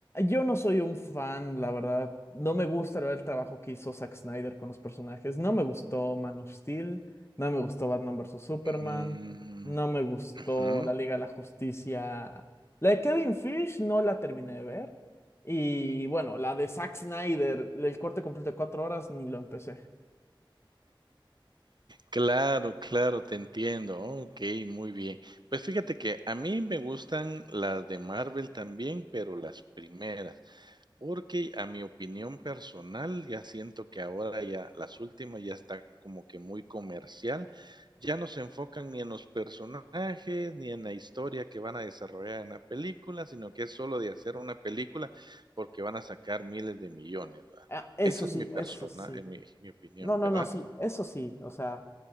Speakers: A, on the left; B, on the right.
A: Yo no soy un fan, la verdad. No me gusta el trabajo que hizo Zack Snyder con los personajes. No me gustó Man of Steel. No me gustó Batman vs. Superman.
B: Mm,
A: No me gustó
B: ujú,
A: La Liga de la Justicia. La de Kevin Fish no la terminé de ver. Y bueno, la de Zack Snyder, el corte completo de cuatro horas, ni lo empecé.
B: Claro, claro, te entiendo. Ok, muy bien. Pues fíjate que a mí me gustan las de Marvel también, pero las primeras, porque a mi opinión personal ya siento que ahora ya las últimas ya está como que muy comercial, ya no se enfocan ni en los personajes ni en la historia que van a desarrollar en la película, sino que es solo de hacer una película porque van a sacar miles de millones, ¿verdad?
A: Ah, eso
B: Esa es
A: sí,
B: mi persona,
A: eso sí.
B: eh, mi, mi opinión,
A: No, no,
B: ¿verdad?
A: no, sí, eso sí. O sea.